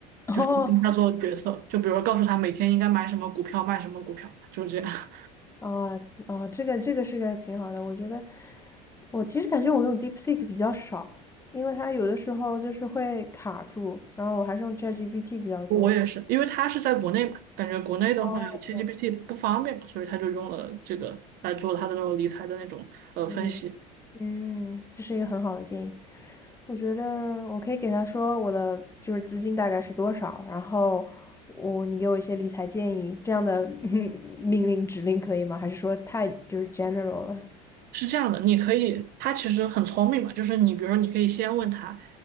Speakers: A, on the left; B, on the right.
A: <laughs> 哦
B: 跟他做决策。就比如告诉他每天应该买什么股票，卖什么股票，就是这样。<laughs>
A: 哦哦，这个这个是个挺好的，我觉得我其实感觉我用 DeepSeek 比较少，因为它有的时候就是会卡住，然后我还是用 ChatGPT 比较多。
B: 我也是，因为他是在国内嘛，感觉国内的话，ChatGPT
A: 哦，这样，
B: 不方便嘛，所以他就用了这个来做他的那种理财的那种呃分析。
A: 嗯。嗯，这是一个很好的建议。我觉得我可以给他说我的就是资金大概是多少，然后我你给我一些理财建议，这样的 <laughs> 命令指令可以吗？还是说太就是 general 了？
B: 是这样的，你可以，他其实很聪明嘛，就是你，比如说，你可以先问他，